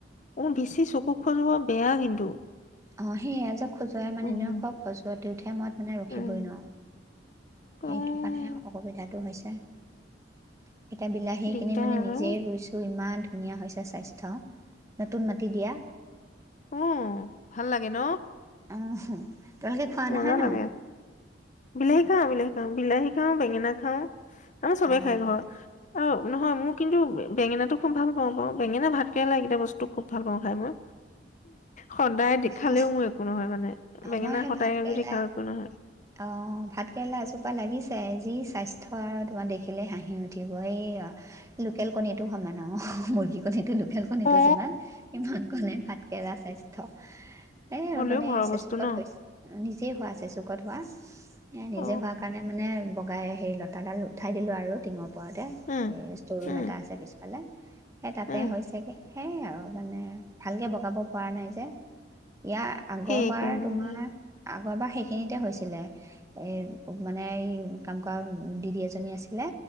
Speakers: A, on the left; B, on the right.
A: অ বেছি চকু খজুৱা বেয়া কিন্তু
B: অ <inaudible> খজুৱাই মানে
A: উম,
B: <unintelligible> মই মানে ৰখিবই
A: উম,
B: নোৱাৰো
A: অ'।
B: সেইটো কাৰণেহে অসুবিধাটো হৈছে <inaudible> এতিয়া বিলাহীখিনি
A: দিগদাৰ
B: মানে
A: আৰু।
B: নিজেই ৰুইছোঁ ইমান ধু <unintelligible> হৈছে স্বাস্থ্য নতুন মাটি দিয়া
A: অ'। ভাল লাগে ন?
B: আহ <unintelligible> <unintelligible> খোৱা নহয়
A: মজা
B: ন?
A: লাগে বিলাহী খাওঁ বিলাহী খাওঁ বিলাহী খাওঁ বেঙেনা খাওঁ আমাৰ চবে
B: অঁ
A: খাই ঘৰৰ আৰু নহয় মোৰ কিন্তু বে- বেঙেনাটো <inaudible> বেঙেনা ভাতকেৰেলা এইকেইটা বস্তু খুব ভালপাওঁ খাই মই সদায় দেখালেও
B: ভাল
A: মোৰ একো নহয় মানে,
B: আমাৰ
A: বেঙেনা
B: সেই
A: সদায়ে
B: ভাত কেৰেলা
A: যদি খাওঁ একো নহয়।
B: অ', ভাত কেৰেলা এজোপা লাগিছে যি স্বাস্থ্য আৰু তোমাৰ দেখিলে হাঁহি উঠিব এই লোকেল কণীটো সমান অ', মুৰ্গী কণীটো। <unintelligible> কণীটো
A: অ
B: যিমান সিমানকনে ভাত <unintelligible> এ <unintelligible>
A: হ'লেও ঘৰৰ
B: চেচুকত
A: বস্তু ন
B: হৈছে <inaudible> হোৱা আছে চুকত হোৱা <unintelligible> নিজে
A: অ
B: হোৱাৰ কাৰণে মানে <inaudible> <unintelligible> সেই লতাডাল উঠাইদিলোঁ আৰু টিঙৰ <unintelligible>
A: উম
B: এ স্তৰৰুম
A: উম
B: এটা আছে পিছফালে সেই তাতে
A: উম
B: হৈছেগে। সেই আৰু মানে। ভালকে বহ <unintelligible> পৰা নাই যে ইয়াৰ আগৰবাৰ
A: সেইকাৰণে
B: তোমাৰ <unintelligible> যোৱাবাৰ সেইখিনিতে হৈছিলে এই মানে এই কাম কৰা দিদি এজনী আছিলে